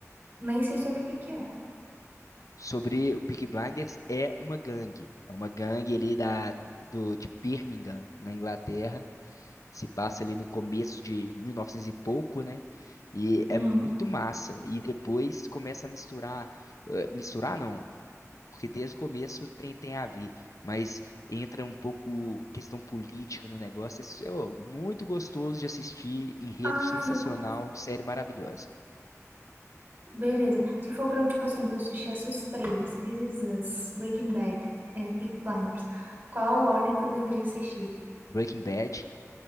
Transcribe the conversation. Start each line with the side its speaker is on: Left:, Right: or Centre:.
Right: Nem sei sobre o que que é.
Left: sobre o Peaky Blinders é uma gangue. É uma gangue ali da, do, de Birmingham, na Inglaterra. Se passa ali no começo de 1900 e novecentos e pouco, né? E é
Right: Uhum.
Left: muito massa. E depois começa a misturar. eh, misturar não, porque desde o começo tem, tem a ver. Mas entra um pouco questão política no negócio. É, s- ô, muito gostoso de assistir. Enredo
Right: Ah,
Left: sensacional,
Right: eu gosto.
Left: série maravilhosa.
Right: Beleza. Se for pra eu, tipo assim, pra eu assistir essas três, This Is Us, Breaking Bad, é, Peaky Blinders, qual ordem que eu deveria assistir?
Left: Breaking Bad.